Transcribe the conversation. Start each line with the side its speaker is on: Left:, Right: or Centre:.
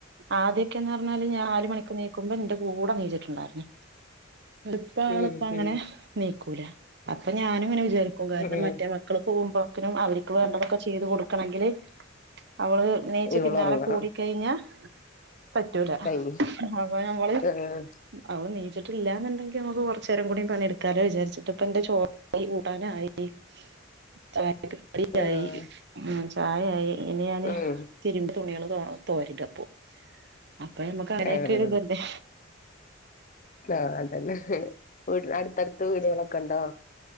Right: ആദ്യയൊക്കെ ന്നർഞ്ഞാല് നാല് മണിക്ക് നീക്കുമ്പോ എന്റെ കൂടെ നീച്ച് ട്ട്ണ്ടായിര്ന്ന്. ഇങ്ങട്ട് ഇപ്പ
Left: ഉം
Right: ആള് ഇപ്പ അങ്ങനെ
Left: ഉം
Right: നീക്കൂല. അപ്പ ഞാന് ഇങ്ങനെ വിചാരിക്കും കാരണം
Left: ഉം
Right: മറ്റേ മ ക്കള് പോവുമ്പോക്കിനും അവര്ക്ക് വേണ്ടതൊക്കെ ചെയ്ത് കൊടുക്കണെങ്കില് അവള് നീച്ച്
Left: ഇവളൊറങ്ങണം
Right: പിന്നാലെ കൂടികഴിഞ്ഞാ പറ്റൂല.
Left: കഴിഞ്ഞ്
Right: അപ്പൊ നമ്മള്
Left: ആഹ്
Right: അവള് നീച്ചിട്ടില്ലാന്ന്ണ്ടെങ്കി നമക്ക് കൊർച്ചേരം കൂടി പണിയെടുക്കാലോ വിചാരിച്ചിട്ട് ഇപ്പന്റെ ചോ <unintelligible> കൂട്ടാന ആയിനി. ചായക്ക് കടിയായി.
Left: ആഹ്
Right: ചായയായി ഇനി ഞാന്
Left: ഉം
Right: തിരുമ്പിയ തുണികള് തോ തോരട് ഇപ്പോ. അപ്പൊ നമ്മക്ക് അങ്ങനെയൊക്കെ
Left: ആഹ്
Right: ഒര് ഇത് ഇല്ലേ.
Left: ആ അതന്നെ ഇഹ്, അടുത്തട്ത്ത് വീടുകളൊക്കെണ്ടോ?